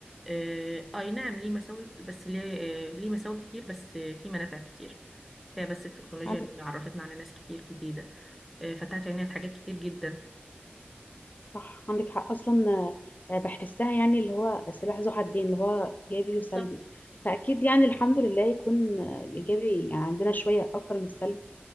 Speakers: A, in the centre; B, on the left (about 45°).
A: آه، اي نعم ليه مساوئ بس ليه آه، ليه مساوئ كتير بس آه، في منافع كتير هي بس التكنولوجيا
B: اه.
A: اللي عرفتنا على ناس كتير جديدة آه، فتحت عينينا لحاجات كتير جدا
B: صح عندك حق اصلا آه، بحسها يعني اللي هو سلاح ذو حدين اللي هو ايجابي
A: بالظبط
B: وسلبي فاكيد يعني الحمد لله يكون آه، الايجابي يعني عندنا شويه اكتر من السلبي